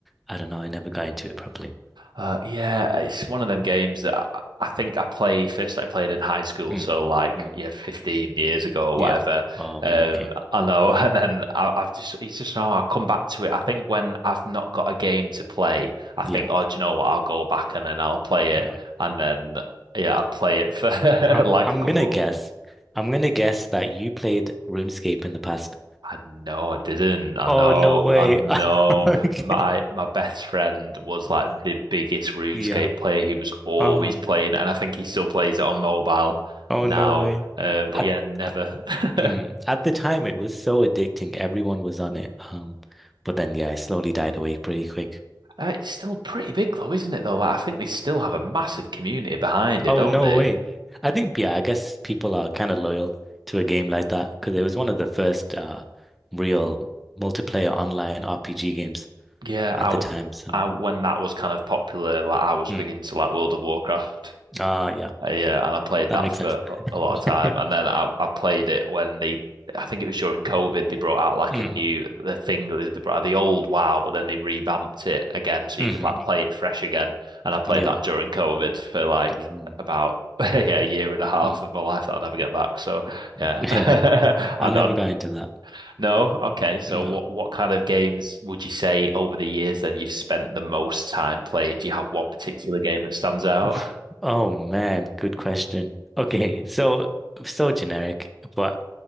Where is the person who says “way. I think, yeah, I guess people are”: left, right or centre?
Centre